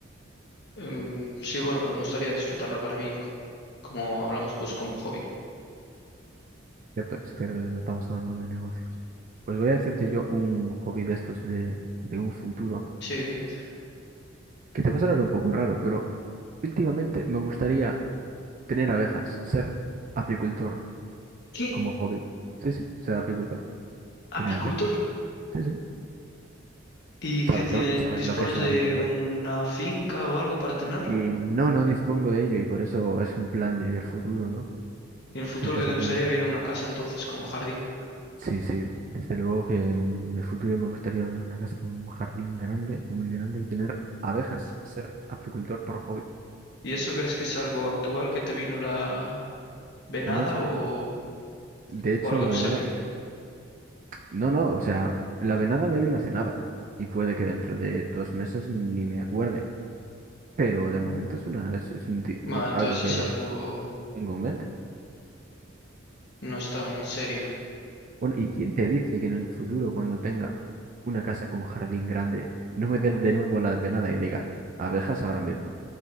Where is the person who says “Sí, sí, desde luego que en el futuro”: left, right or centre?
Right